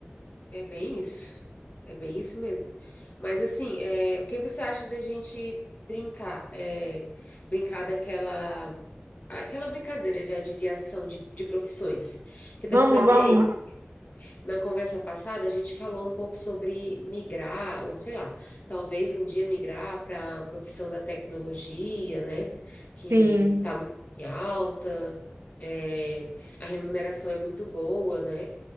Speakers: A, on the left; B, on the right.
A: É bem isso. É bem isso mesmo. Mas assim, é, o que você acha da gente brincar? É, brincar daquela aquela brincadeira de adivinhação de, de profissões. Que da
B: Vamos,
A: outra vez
B: vamos.
A: Na conversa passada, a gente falou um pouco sobre migrar, ou sei lá, talvez um dia migrar para a profissão da tecnologia, né? Que
B: Sim,
A: está muito em alta, é, a remuneração é muito boa, né?